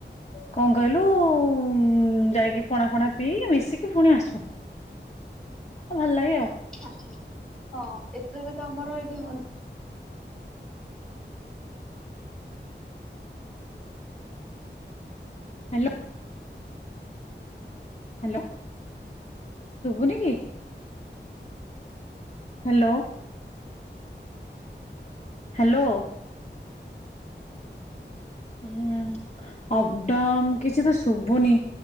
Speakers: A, on the left; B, in the centre.
A: କଣ କହିଲୁ ଉ ଯାଇକି ପଣା ଫଣା ପିଇ ମିଶିକି ପୁଣି ଆସୁ ହ ଭଲ ଲାଗେ ଆଉ
B: ଆଛା ହଁ ଏଥର ବି ତ ଆମର ଏଇଠି ହ
A: ହ୍ୟାଲୋ ହ୍ୟାଲୋ ଶୁଭୁନି କି? ହ୍ୟାଲୋ। ହ୍ୟାଲୋ। ହଁ ଅପଡାଉନ କିଛି ତ ଶୁଭୁନି